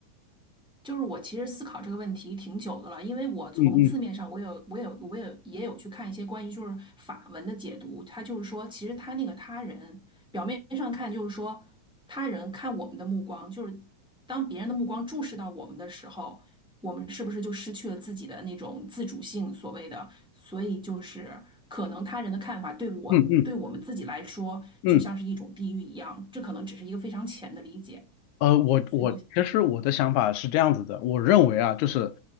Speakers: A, in the centre; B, on the left.
A: 就是我其实思考这个问题挺久的了，因为我从字面上我有我有我有也有去看一些关于就是法文的解读，
B: 嗯嗯
A: 它就是说，其实他那个他人表面上看就是说他人看我们的目光，就是当别人的目光注视到我们的时候，我们是不是就失去了自己的那种自主性，所谓的，所以就是可能他人的看法对我对我们自己来说就像是一种地狱一样，
B: 嗯嗯嗯。
A: 这可能只是一个非常浅的理解，
B: 呃，我我其实我的想法是这样子的，
A: 所以我
B: 我认为啊，就是